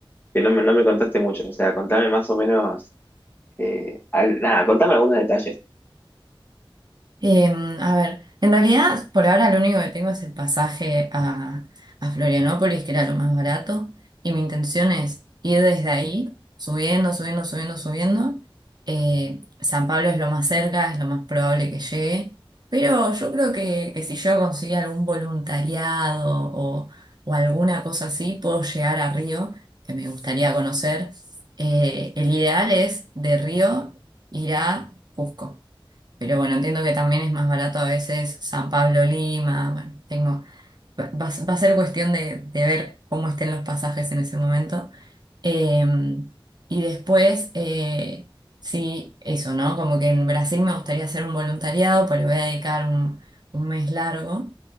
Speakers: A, on the left; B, on the right.
A: que no me, no me contaste mucho. O sea, contame más o menos Eh, al- nada, contame algunos detalles.
B: Em, a ver, en realidad por ahora lo único que tengo es el pasaje a, a Florianópolis, que era lo más barato, y mi intención es ir desde ahí, subiendo, subiendo, subiendo, subiendo. Eh, San Pablo es lo más cerca, es lo más probable que llegue, pero yo creo que, que si yo consigo algún voluntariado o, o alguna cosa así, puedo llegar a Río, que me gustaría conocer. Eh, el ideal es de Río ir a Cusco. Pero bueno, entiendo que también es más barato a veces San Pablo Lima. Bueno, tengo, va, va a va a ser cuestión de, de ver cómo estén los pasajes en ese momento. Eh, y después, eh, sí, eso, ¿no? Como que en Brasil me gustaría hacer un voluntariado, pues le voy a dedicar un, un mes largo.